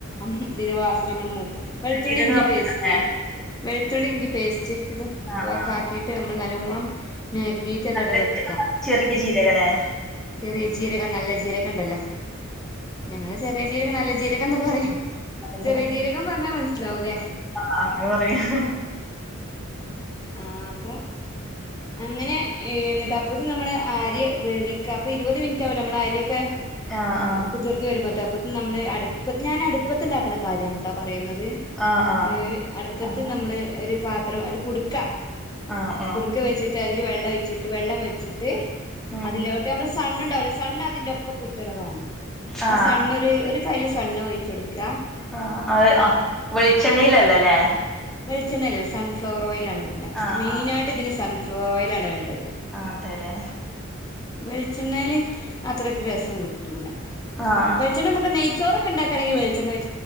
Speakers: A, on the left; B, in the centre.
A: ഇ തിന്റെവാസന നമ്മളെ മൂക്ക് വെൾത്തുള്ളി
B: ജീരകം
A: ഇഞ്ചിപേസ്റ്റ്
B: അല്ലേ
A: വെളുത്തുള്ളി ഇഞ്ചി പേസ്റ്റ് ഇതും
B: ആഹ്
A: ഒക്കെക്കാക്കിട്ട്
B: ആഹ്
A: നമ്മള് നല്ലോണം മാഗ്നേറ്റ് അതടവെക്കാ
B: നല്ല ജീരകം ചെറിയ ജീരകല്ലേ
A: ചെറിയ ജീരകം നല്ല ജീരകണ്ടല്ലോ ഞങ്ങള് ചെറിയ ജീരകം നല്ല ജീരകംന്ന് പറയും.
B: അതെ
A: ചെറിയ ജീരകം പറഞ്ഞാ മനസിലാവൂലേ?
B: ആഹ് അങ്ങനെ പറയാ
A: ആഹ് അപ്പൊ അങ്ങനെ ഏഹ് എന്നിട്ട് അപ്പോത്തിന് നമ്മള് അരി വേവിക്ക അപ്പ ഇരുവത് മിൻറ്റാവൊല്ലോ നമ്മള് അരിയൊക്കെ
B: ആഹ് ആഹ്
A: കുതിർന്ന് വരും ന്നട്ടപ്പോത്തിന് നമ്മള് അട്പ്പത്ത് ഞാന് അട്പ്പത്ത് ഇണ്ടാക്ക്ണ കാര്യാണ്ട്ടോ പറയുന്നത്
B: ആഹ് ആഹ്
A: അതായത് അട്പ്പത്ത്
B: ആഹ്
A: നമ്മ്ള് ഒര് പാത്രം ഒര് കുട്ക്ക
B: ആഹ് ആഹ്
A: കുട്ക്കവെച്ചിട്ട് അതില് വെള്ളംഒഴിച്ചിട്ട് വെള്ളം വെച്ചിട്ട്
B: ഉം
A: അതിലോട്ട് നമ്മള് സണ്ണ് ഇണ്ടാവുലേ സണ്ണ് അതിന്റൊപ്പ കിട്ട്ണതാണ്
B: ആഹ്
A: ആ സണ്ണ് ഒര് ഒര് കയ്ല് സണ്ണ് ഒഴിച്ചൊട്ക്കാ
B: ആഹ് അഹ് ആഹ് വെളിച്ചെണ്ണീലല്ലലേ
A: വെൾച്ചെണ്ണേലല്ല സൺഫ്ലവർഓയിൽലാണ് ഇത് ഇണ്ടാക്ക
B: ആഹ്
A: മെയ്നായ്ട്ട്
B: ആഹ്
A: ഇതിന് സൺഫ്ലവർ ഓയിലാണ് വേണ്ടത്
B: ആഹ് അതെല്ലേ
A: ഉം വെൾച്ചെണ്ണേല് അത്രക്ക്‌ രസം ക്ക്ട്ടൂല
B: ആഹ്
A: വെൾച്ചെണ്ണ ഞമ്മക്ക് നെയ്‌ച്ചോറൊക്കെ ഇണ്ടാക്കാണെങ്കി വെൾച്ചെണ്ണ ഒഴി